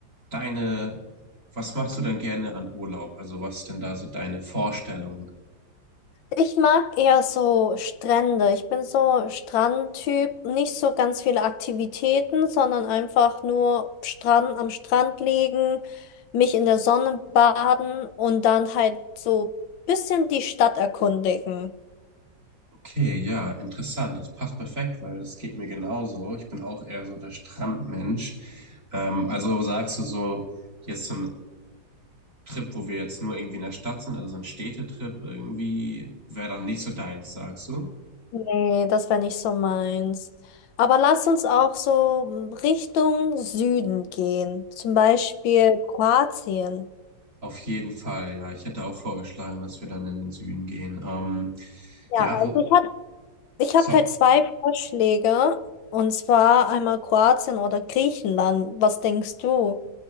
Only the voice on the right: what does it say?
deine, was machst du denn gerne an Urlaub? Also was ist denn da so deine Vorstellung?
Okay, ja, interessant. Das passt perfekt, weil das geht mir genauso. Ich bin auch eher so der Strandmensch. Ähm, also sagst du so, jetzt so ein Trip, wo wir jetzt nur irgendwie in der Stadt sind, also so ein Städtetrip irgendwie, wäre dann nicht so deins, sagst du?
Auf jeden Fall, ja. Ich hätte auch vorgeschlagen, dass wir dann in den Süden gehen. Ähm,
ja,
wo,
so,